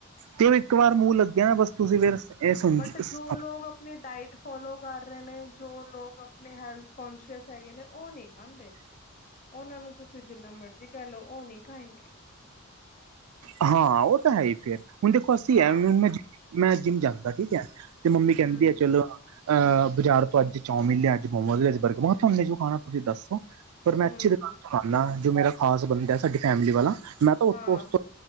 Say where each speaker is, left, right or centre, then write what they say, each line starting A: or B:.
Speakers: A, on the right; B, on the left.
A: ਤੇ ਓਹ ਇੱਕ ਵਾਰ ਮੂੰਹ ਲੱਗਿਆ ਨਾ ਬਸ ਤੁਸੀਂ ਫਿਰ ਇਹ ਸਮਝ
B: ਬਟ ਜੋ ਲੋਕ ਅਪ ਆਪਣੀ ਡਾਇਟ ਫੋਲੋ ਕਰ ਰਏ ਨੇ ਜੋ ਲੋਕ ਆਪਣੇ ਹੈਲਥ ਕੋਂਸ਼ੀਅਸ ਹੈਗੇ ਨੇ, ਓਹ ਨਈ ਖਾਂਦੇ ਓਹਨਾਂ ਨੂੰ ਤੁਸੀਂ ਜਿੰਨਾ ਮਰਜੀ ਕਹਿ ਲਓ ਓਹ ਨਈ ਖਾਏਗੇ
A: ਹਾਂ, ਉਹ ਤਾਂ ਹੈ ਹੀ ਫੇਰ। ਹੁਣ ਦੇਖੋ, ਅਸੀਂ
B: ਹਾਂ
A: ਹੈ ਮੈਂ ਜਿੰਮ ਜਾਂਦਾ, ਠੀਕ ਹੈ। ਤੇ ਮੰਮੀ ਕਹਿੰਦੀ
B: ਹਮ
A: ਆ ਚਲੋ, ਅਹ ਅਹ ਬਾਜ਼ਾਰ ਤੋਂ ਅੱਜ ਚੌਮਿਨ ਲਿਆ, ਅੱਜ ਮੋਮੋਜ ਲਿਆ, ਬਰਗਰ ਮੈਂ ਕਿਹਾ ਤਾਹਨੇ ਜੋ ਖਾਣਾ ਤੁਸੀਂ ਦੱਸੋ, ਪਰ ਮੈਂ
B: ਹਮ
A: ਅੱਛੀ ਦੁਕਾਨ ਤੋ ਲਾਨਾ, ਜੋ ਮੇਰਾ ਖਾਸ ਬੰਦੈ ਸਾਡੀ ਫੈਮਿਲੀ ਵਾਲਾ। ਮੈਂ ਤਾਂ ਉਸ
B: ਹਾਂ
A: ਤੋਂ ਉਸ ਤੋਂ